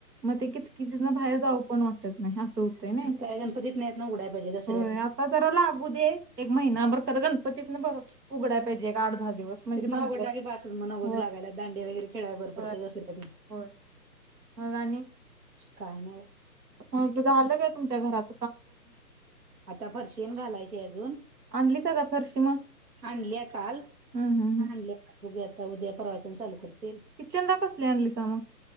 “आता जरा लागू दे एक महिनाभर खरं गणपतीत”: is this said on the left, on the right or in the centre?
Right